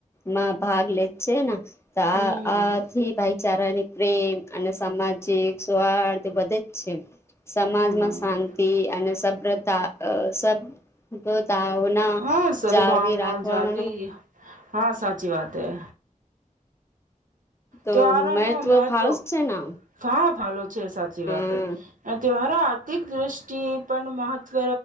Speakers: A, on the left (about 20°); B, on the right (about 70°).
A: માં ભાગ લેજ છે. ને તો આ
B: હમ
A: આથી ભાઈચારાની પ્રેમ અને સામાજિક સ્વાદ બધે જ છે. સમાજમાં
B: હા
A: શાંતિ અને સભ્રતા સ તો ત ના
B: હા સદભાવના
A: જાળ બી રાખવા
B: જાલવી
A: મ
B: હા સાચી વાત હૈ.
A: તો
B: ત્યારો નો મહત્વ
A: ફાળસ છે ને
B: કાફ આનો છે સાચી
A: હમ
B: વાત અમે ત્યોંહરો આર્થિક દ્રષ્ટિ પણ મહ ત્વ